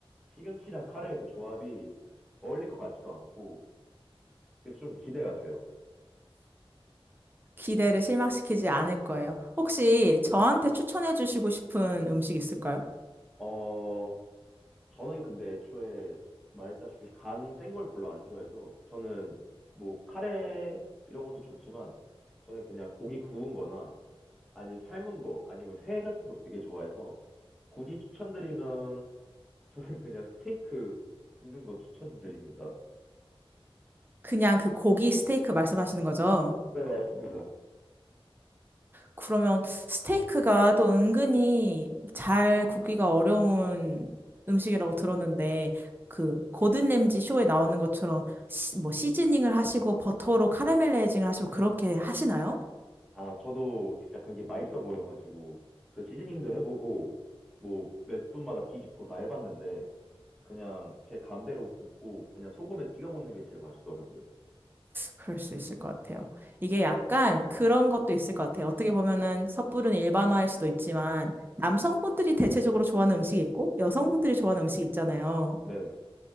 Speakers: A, in the centre; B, on the right.
A: 시금치랑 카레의 그 조합이 어울릴 것 같지도 않고, 그래서 좀 기대가 돼요.
B: 기대를 실망시키지 않을 거예요. 혹시 저한테 추천해 주시고 싶은 음식 있을까요?
A: 어, 저는 근데 애초에 말했다시피 간 센 걸 별로 안 좋아해서 저는 뭐 카레 이런 것도 좋지만 저는 그냥 고기 구운 거나 아니면 삶은 거 아니면 회 같은 걸 되게 좋아해서 굳이 추천드리면 저는 그냥 스테이크 굽는 거 추천드립니다.
B: 그냥 그 고기 스테이크 말씀하시는 거죠?
A: 네, 맞습니다.
B: 그러면 스테이크가 또 은근히 잘 굽기가 어려운 음식이라고 들었는데 그 고든 램지 쇼에 나오는 것처럼 시, 뭐 시즈닝을 하시고 버터로 카라멜라이징을 하시고 그렇게 하시나요?
A: 아, 저도 진짜 그게 맛있어 보여가지고, 그 시즈닝도 해보고, 뭐, 몇 분마다 뒤집고 다 해봤는데, 그냥 제 감대로 굽고, 그냥 소금에 찍어 먹는 게 제일 맛있더라고요.
B: 그럴 수 있을 것 같아요. 이게 약간 그런 것도 있을 것 같아요. 어떻게 보면은 섣부른 일반화일 수도 있지만 남성분들이 대체적으로 좋아하는 음식이 있고 여성분들이 좋아하는 음식이 있잖아요.
A: 네네.